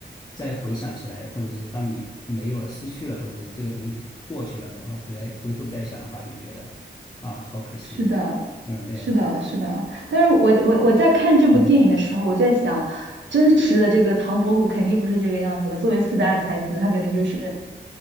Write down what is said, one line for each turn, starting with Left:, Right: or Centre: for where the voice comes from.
Left: 再回想起来，或者是当你没有了、失去了，或者是这个东西过去了，然后回来回头再想的话，就觉得啊，好可惜。
Right: 是的，
Left: 嗯，对。
Right: 是的，是的。但是我我我在看这部电影的时候，
Left: 嗯
Right: 我在想，真实的这个唐伯虎肯定不是这个样子吧？作为四大才子，他肯定就是